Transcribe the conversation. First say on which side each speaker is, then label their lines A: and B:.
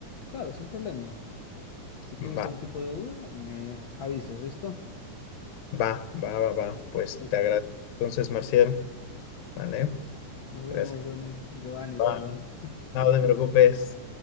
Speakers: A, on the left; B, on the left.
A: Claro, sin problema. Si tienes
B: Va.
A: algún tipo de duda, me avisas, ¿listo?
B: Va, va, va, va. Pues
A: Listo.
B: te agradezco. Entonces, Marcial, ¿vale?
A: Nos vemos,
B: Gracias.
A: Johnny. Giovanni,
B: Bye.
A: perdón.
B: No te preocupes.